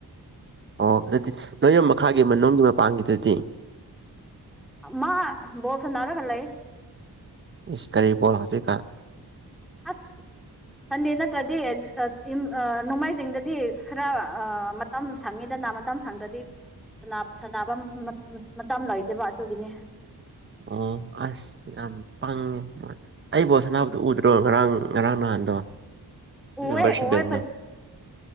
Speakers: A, on the right; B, in the centre.
A: ꯑꯣ ꯑꯗꯨꯗꯤ ꯅꯣꯏꯌꯨꯝ ꯃꯈꯥꯒꯤ ꯃꯅꯨꯡꯒꯤ ꯃꯄꯥꯟꯒꯤꯗꯨꯗꯤ
B: ꯑꯃ ꯕꯣꯜ ꯁꯥꯟꯅꯔꯒ ꯂꯩꯌꯦ
A: ꯏꯁ ꯀꯥꯔꯤ ꯕꯣꯜ ꯍꯧꯖꯤꯛꯀꯥꯟ
B: ꯑꯁ ꯁꯟꯗꯦ ꯅꯠꯇ꯭ꯔꯗꯤ ꯏꯝ ꯑ ꯅꯣꯡꯃꯥꯏꯖꯤꯡꯗꯗꯤ ꯈꯔ ꯑ ꯃꯠ ꯇꯝ ꯁꯪꯉꯤꯗꯥꯅ ꯃꯥꯇꯝ ꯁꯪꯗ꯭ꯔꯗꯤ ꯁꯥꯟꯅꯕ ꯁꯥꯟꯅꯕ ꯃꯥꯇꯝ ꯂꯩꯇꯦꯕ ꯑꯗꯨꯒꯤꯅꯦ
A: ꯑꯣ ꯑꯁ ꯌꯥꯝ ꯄꯪꯉꯦ ꯃꯣꯏ ꯑꯩ ꯕꯣꯜ ꯁꯅꯥꯕꯗꯨ ꯎꯗ꯭ꯔꯣ ꯉꯔꯥꯡ ꯉꯔꯥꯡ ꯅꯍꯥꯟꯗꯣ
B: ꯑꯣꯦ
A: ꯅꯝꯕꯔ ꯁꯚꯦꯟꯗꯣ
B: ꯑꯣ ꯐ